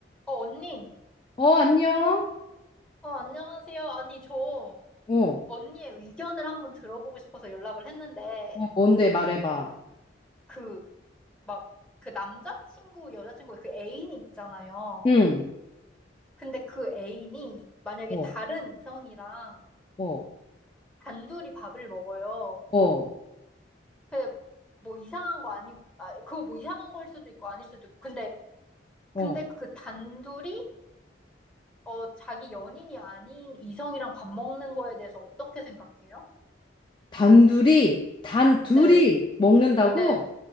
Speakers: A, in the centre; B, on the left (about 25°).
A: 어, 언니.
B: 어, 안녕?
A: 어, 안녕하세요. 아니, 저
B: 어,
A: 언니의 의견을 한번 들어보고 싶어서 연락을 했는데,
B: 어, 뭔데 말해봐.
A: 그, 막, 그 남자친구, 여자친구의 그 애인이 있잖아요.
B: 응,
A: 근데 그 애인이 만약에
B: 어,
A: 다른 이성이랑
B: 어,
A: 단둘이 밥을 먹어요.
B: 어,
A: 근데 뭐 이상한 거 아니고, 아, 그거 뭐 이상한 거일 수도 있고 아닐 수도 있고. 근데,
B: 어.
A: 근데 그 단둘이, 어, 자기 연인이 아닌 이성이랑 밥 먹는 거에 대해서 어떻게 생각해요?
B: 단둘이, 단둘이
A: 네,
B: 먹는다고?
A: 네,